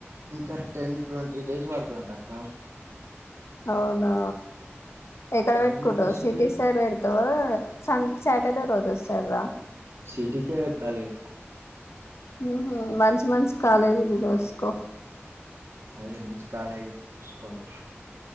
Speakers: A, on the right; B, on the left.
A: ఇంకా టెన్ ట్వంటీ డేస్ పడుతదంట అక్క
B: అవునా ఎక్కడ
A: బర్ణన్
B: వేట్టుకుంటావ్
A: ఎప్పుడు వస్తున్నాడు
B: సిటీ సైడ్ వెట్ వా సంత్ సాటర్డే రోజు ఆస్తాడురా
A: సిటీకే వేట్టాలిగా
B: ఉహు మంచి్ మంచి కాలేజీలు చూసుకో
A: అదే మంచి కాలేజీ చూసుకోవాలి